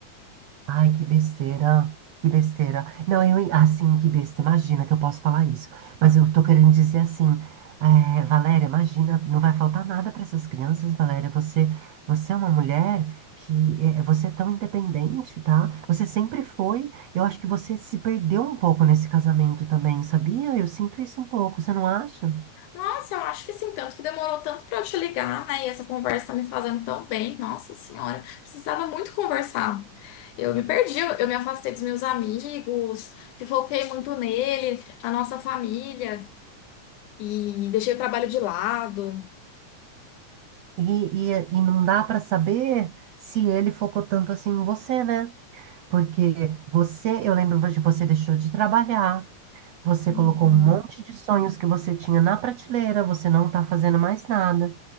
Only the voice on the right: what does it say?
Ai, que besteira. Que besteira. Não, eu, en- assim, que besteira. Imagina que eu posso falar isso. Mas eu tô querendo dizer assim, é, Valéria, imagina, não vai faltar nada para essas crianças, Valéria. Você, você é uma mulher que é, você é tão independente, tá? Você sempre foi. Eu acho que você se perdeu um pouco nesse casamento também, sabia? Eu sinto isso um pouco, você não acha?
E, e, e não dá para saber se ele focou tanto assim em você, né? Porque você, eu lembro de você deixou de trabalhar, você
colocou um monte de sonhos que você tinha na prateleira, você não tá fazendo mais nada.